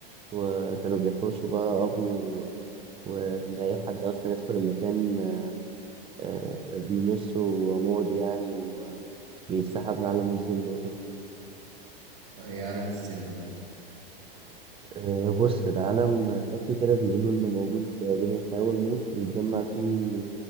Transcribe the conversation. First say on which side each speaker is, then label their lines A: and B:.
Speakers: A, on the right (about 20°); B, on the right (about 35°).
A: وكانوا بيحوشوا بقى قبره و- وان اي حد اصلا يدخل المكان آه، بيمسه وماضي يعني وبيتسحب لعالم الظل وكده
B: فهي عالم الظل ده
A: آه، بص ده عالم خفي كده بيقولوا إنه موجود بين الحياة والموت بيتجمع فيه